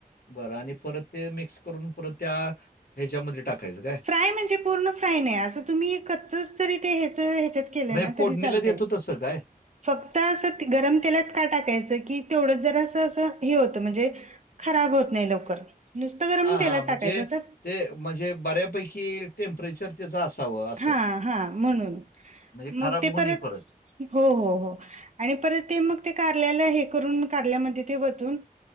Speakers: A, on the left; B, on the right.
A: बरं आणि परत ते मिक्स करून, परत त्या ह्याच्यामध्ये टाकायचं काय?
B: फ्राय म्हणजे पूर्ण फ्राय नाही. असं तुम्ही कच्चच जरी ते ह्याच ह्याच्यात केलं
A: म्हणजे
B: ना,
A: फोडणीला
B: तरी चालते.
A: देतो तसं काय?
B: फक्त असं गरम तेलात का टाकायचं? की तेवढंच जरा असं असं हे होतं. म्हणजे खराब होत नाही लवकर. नुसतं गरम
A: हा
B: तेलात
A: हां म्हणजे
B: टाकायचं असं
A: ते म्हणजे बऱ्यापैकी टेम्परेचर त्याच असावं असं.
B: हां, हां. म्हणून.
A: म्हणजे खराब
B: मग ते
A: होणी परत.
B: हो हो हो. आणि परत ते मग ते कारल्याला हे करून, कारल्यामध्ये ते वतून